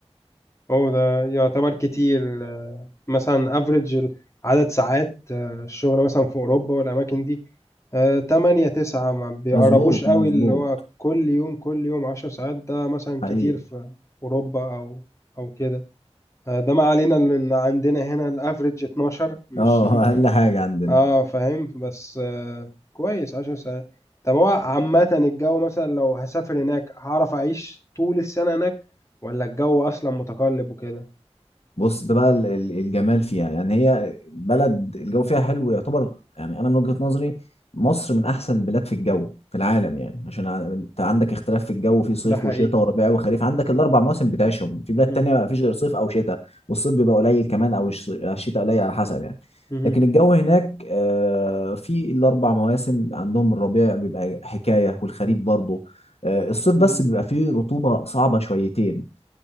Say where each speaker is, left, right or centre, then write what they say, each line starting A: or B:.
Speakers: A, on the left; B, on the left.
A: هو ده يعتبر كتير آه، مثلا افريج عدد ساعات آه، الشغل مثلا في اوروبا والاماكن دي آه، تمانية تسعة ما بيقربوش
B: مظبوط
A: قوي
B: مظبوط
A: اللي هو كل يوم كل يوم عشر ساعات ده مثلا
B: حقيقي
A: كتير في اوروبا او او كده آه، ده ما علينا ان عندنا هنا الافريج 12 مش
B: اه
A: <laughs>
B: <laughs> أقل حاجة عندنا
A: اه فاهم بس آه، كويس عشر ساعات طب هو عامة الجو مثلا لو هسافر هناك هعرف اعيش طول السنة هناك ولا الجو اصلا متقلب وكده
B: بص ده بقى ال- ال- الجمال فيها يعني هي بلد الجو فيها حلو يعتبر يعني انا من وجهة نظري مصر من احسن البلاد في الجو في العالم يعني عشان ع- انت عندك اختلاف في الجو في صيف
A: ده حقيقي
B: وشتاء وربيع وخريف عندك الاربع مواسم بتعيشهم في بلاد
A: مهم.
B: تانية ما فيش غير صيف او شتاء والصيف بيبقى قليل كمان او الش- الشتاء قليل على حسب يعني
A: مهم.
B: لكن الجو هناك آه، في الاربع مواسم عندهم الربيع بيبقى حكاية والخريف برضه آه، الصيف
A: مهم.
B: بس بيبقى فيه رطوبة صعبة شويتين